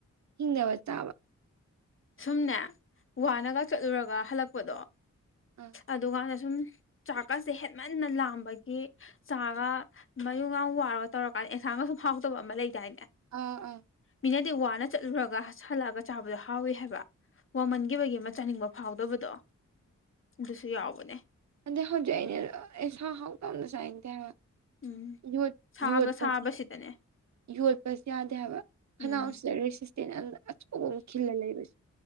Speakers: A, on the right; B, on the left.
A: ꯍꯤꯡꯅꯕ ꯇꯥꯕ
B: ꯁꯨꯝꯅꯦ
A: ꯎꯝ
B: ꯋꯥꯅꯒ ꯆꯠꯂꯨꯔꯒ ꯍꯜꯂꯛꯄꯗꯣ
A: ꯑꯥ
B: ꯑꯗꯨꯀꯥꯟꯗ ꯁꯨꯝ ꯆꯥꯛꯀꯁꯦ ꯍꯦꯟꯃꯟꯅ ꯂꯥꯝꯕꯒꯤ ꯆꯥꯒ ꯃꯌꯨꯒꯥꯡ ꯋꯥꯔꯒ ꯇꯧꯔꯀꯥꯟꯗ ꯑꯦꯟꯁꯥꯡꯒꯁꯨ ꯐꯥꯎꯗꯕ ꯑꯃ ꯂꯩꯗꯥꯏꯅꯦ
A: ꯎ ꯎꯝ
B: ꯃꯤꯅꯗꯤ ꯋꯥꯅ ꯆꯠꯂꯨꯔꯒ ꯍꯜꯂꯛꯑꯒ ꯆꯥꯕꯗꯣ ꯐꯥꯎꯏꯤ ꯍꯥꯏꯕ ꯋꯥꯃꯟꯈꯤꯕꯒꯤ ꯑꯃ ꯆꯥꯅꯤꯡꯕ ꯐꯥꯎꯗꯕꯗꯣ ꯑꯗꯨꯁꯨ ꯌꯥꯎꯕꯅꯦ
A: ꯑꯗꯨꯗꯩ ꯍꯧꯖꯤꯛ ꯑꯩꯅ ꯑꯦ ꯁꯥ ꯍꯥꯎꯗꯧꯅ ꯆꯥꯏꯅ ꯇꯦꯕ
B: ꯎꯝ
A: ꯌ
B: ꯁꯥꯒ
A: ꯌ ꯄꯁꯤ
B: ꯁꯥꯕꯁꯤꯗꯅꯦ
A: ꯌꯣꯠꯄꯁꯨ ꯌꯥꯗꯦ ꯍꯥꯏꯕ ꯈꯅꯥꯎ
B: ꯎꯝ
A: ꯑꯁꯤꯗ ꯔꯦꯁꯤ ꯇꯦꯅꯗ ꯑꯆꯣ ꯈꯤꯜꯂ ꯂꯩꯕꯁ